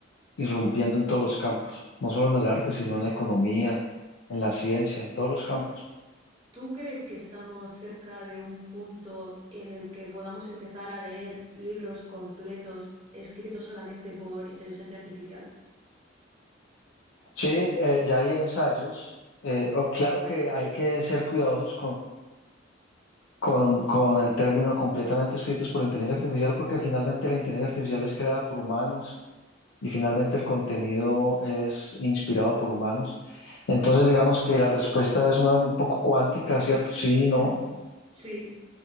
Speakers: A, on the left; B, on the right.
A: irrumpiendo en todos los campos, no solo en el arte, sino en la economía, en la ciencia, en todos los campos.
B: ¿Tú crees que estamos cerca de un punto en el que podamos empezar a leer libros completos escritos solamente por inteligencia artificial?
A: Sí, eh, ya hay ensayos. eh, o- claro que hay que ser cuidadosos con, con el término completamente escritos por inteligencia artificial, porque finalmente la inteligencia artificial es creada por humanos y finalmente el contenido es inspirado por humanos. Entonces, digamos que la respuesta es una un poco cuántica, ¿cierto? Sí,
B: <laughs>
A: no.
B: Sí,